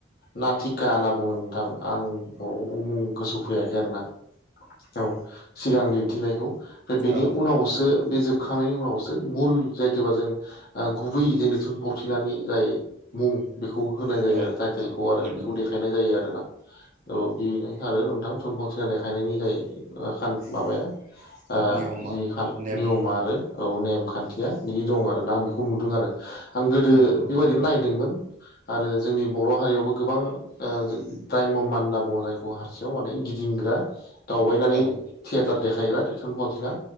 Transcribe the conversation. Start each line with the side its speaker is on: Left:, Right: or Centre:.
Left: नातिका होनना बुङो नोंथां आं बर' मुं गोसो फैयाखै आरोना। औ सिगां दिन्थिनायखौ ओमफ्राय बेनि
Right: औ
Left: उनावसो बे जोब खांनायनि उनावसो मुल जायोथबा जों गुबै जोंनि थुनफावथिनानि जाय मुं बेखौ होनाय जायो
Right: औ
Left: आरो टाइटेलखौ आरो
Right: नंगौ
Left: बेखौ देखायनाय जायो आरोना। औ बेनो आरो नोंथां थुनफावथिना देखायनायनि जाय खान माबाया। ओ
Right: नियमा
Left: जि
Right: नेम
Left: नियम आरो औ नेम खान्थिया बिदि दं आरोना आं बेखौ नुदों आरो आं गोदो
Right: नंगौ
Left: बेबायदिनो
Right: थारैनो
Left: नायदों आरो जोंनि बर' हारियावबो गोबां ओ <inaudible> मानना बुङो जायखौ हारसें माने गिदिंग्रा दावबायनानै
Right: औ
Left: थियेटार देखायग्रा थुनफावथिना